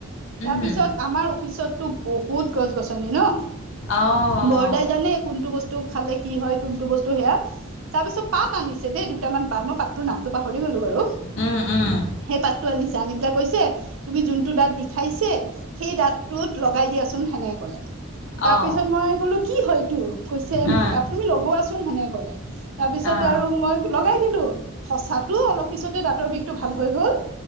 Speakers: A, on the left; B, on the right.
A: উম,
B: তাৰপিছত আমাৰ অফিচতটো বহুত গছ গছনি ন
A: অ', অ',
B: বৰাদাই জানে কোনটো বস্তু খালে কি হয় কোনটো বস্তু সেয়া তাৰপিছত পাত আনিছে দেই দুটামান পাত মই পাতটোৰ নামটো পা পাহৰি গলো বাৰু
A: উম, উম।
B: সেই পাতটো আনিছে আনি পেলাই কৈছে তুমি যোনটো দাঁত বিখাইছে সেই দাঁতটোত লগাই দিয়াচোন সেনেকে কলে।
A: অ',
B: তাৰপিছত মই ক'লো কি হয় এইটো? কৈছে
A: অ',
B: তুমি লগোৱাচোন হেনেকে কলে। তাৰ পিছতে
A: অ',
B: আৰু মই লগাই দিলো সচাত তো অলপ পিছতে দাঁতৰ বিষটো ভাল হৈ গ'ল।